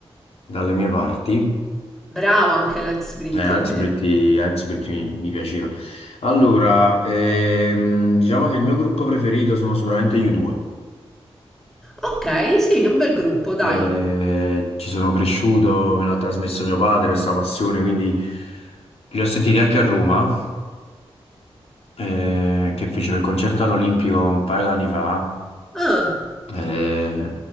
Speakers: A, on the left; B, in the centre.
A: dalle mie parti.
B: Bravo anche Alex Britti,
A: Eh, Alex
B: è vero.
A: Britti, Alex Britti mi, mi piaceva. Allora, ehm, diciamo che il mio gruppo preferito sono sicuramente gli U2.
B: Ok, sì, un bel gruppo, dai.
A: Eh, ci sono cresciuto, me l'ha trasmesso mio padre questa passione, quindi li ho sentiti anche a Roma, eh, che fecero il concerto all'Olimpico un paio d'anni fa.
B: Ah,
A: Eh,